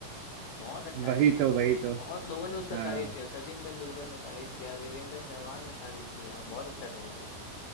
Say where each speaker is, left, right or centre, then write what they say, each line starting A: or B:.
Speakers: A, on the left; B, on the right.
A: बहुत अच्छा
B: वही
A: खेला
B: तो वही तो
A: बहुत लोगों ने उसका
B: हाँ
A: तारीफ किया सचिन तेंदुलकर ने तारीफ किया वीरेंद्र सहवाग ने तारीफ किया बहुत अच्छा खेला वो